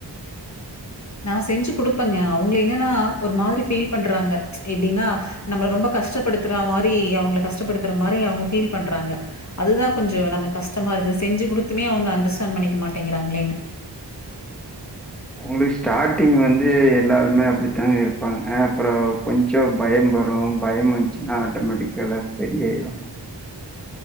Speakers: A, on the left (about 40°); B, in the centre.
A: நா செஞ்சு குடுப்பங்க அவுங்ள என்னென்னா ஒரு மாதிரி ஃபீல் பண்றாங்க எப்டின்னா நம்மள ரொம்ப கஷ்டப்படுத்துறா மாரி அவுங்க கஷ்டப்படுத்துற மாரி அவுங்க ஃபீல் பண்றாங்க அதுதா கொஞ்சோ நம்ம கஷ்டமா இருக்குது செஞ்சு குடுத் த்துமே அவுங்க அண்டஸ்டாண்ட் பண்ணிக்க மாட்டேங்கிறாங்ளேனு
B: உங்குளு ஸ்டாட்டிங் வந்து எல்லாருமே அப்பிடித்தாங்க இருப்பாங்க அப்றோ கொஞ்சோ பயம் வரு பயம் வஞ்சுன்னா ஆட்டோமேட்டிக்கா எல்லாது ஸ்டெடி ஆயிரு